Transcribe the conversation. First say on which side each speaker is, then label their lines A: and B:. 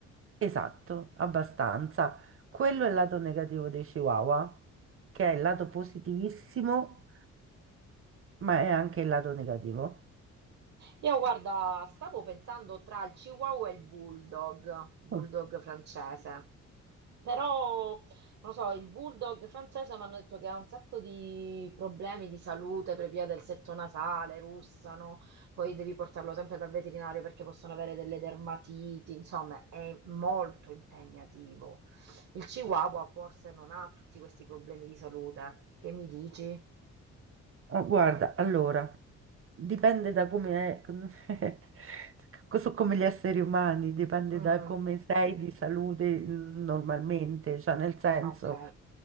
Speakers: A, on the right; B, on the right.
A: esatto, abbastanza. Quello è il lato negativo dei Chihuahua, che è il lato positivissimo, ma è anche il lato negativo.
B: Io guarda, stavo pensando tra il Chihuahua e il Bulldog, Bulldog
A: Mm.
B: francese, però non lo so, il Bulldog francese mi hanno detto che ha un sacco di problemi di salute per via del setto nasale, russano, poi devi portarlo sempre dal veterinario perché possono avere delle dermatiti, insomma è molto impegnativo. Il Chihuahua forse non ha tutti questi problemi di salute, che mi dici?
A: Ah, Guarda, allora, dipende da come è, <laughs> so come gli esseri umani, dipende
B: Mm,
A: da come sei di salute mm, normalmente, cioè nel senso,
B: ok.